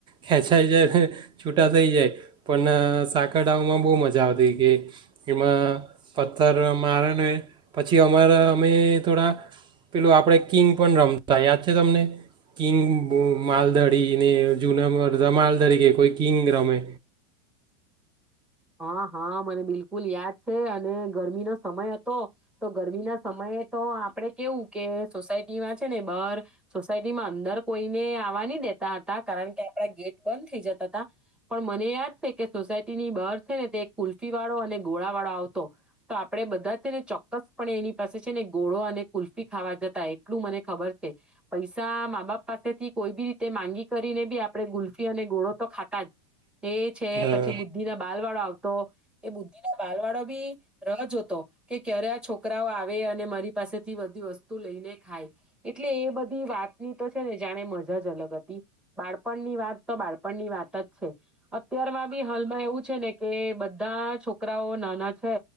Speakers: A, on the right; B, in the centre.
A: ખેંચાઈ જાય, છૂટા થઈ જાય પણ સાકર ડમાં બહુ મજા આવતી કે એમાં પથ્થર મારે પછી અમારા અમે થોડા પેલું આપડે કિંગ પણ રમતા યાદ છે તમને? કિંગ, માલદડીને જૂના રમાલ તરીકે કોઈ કિંગ રમે.
B: હા હા મને બિલકુલ યાદ છે અને ગરમીનો સમય હતો. તો ગરમી ના સમયે તો આપડે કેવું કે સોસાયટીમાં છે ને બાર સોસાયટીમાં અંદર કોઈને આવવા ન દેતા હતા. કારણ કે આપડા ગેટ બંધ થઈ જતા હતા પણ મને યાદ છે કે સોસાયટીની બહર છે ને તે કુલ્ફી વાળો અને ગોળા વાળો આવતો તો આપડે બધા છે ને ચોક્કસ પણ એની પાસે છે ને ગોળો અને કુલ્ફી ખાવા જતા. એટલું મને ખબર છે પૈસા મા બાપ પાસેથી કોઈ બી તે માંગી કરીને બી આપડણે ગુલ્ફી અને ગોળો તો ખાતા જ. એ છે
A: હા
B: પછી બુદ્ધિ ના બાર વાળો આવતો એ બુદ્ધિ ના બાલ વાળો બી રા જોતો. કે કે રયા છોકરાઓ આવે અને મારી પાસેથી બધી વસ્તુ લઈને ખાય. એટલે એ બધી વાતની તો છે ને જાણે મજા જ અલગ હતી. બાળપણની વાત તો બાળપણની વાત જ છે. અત્યારમાં બી હાલમાં એવું જ કે બધા છોકરાઓ નાના છે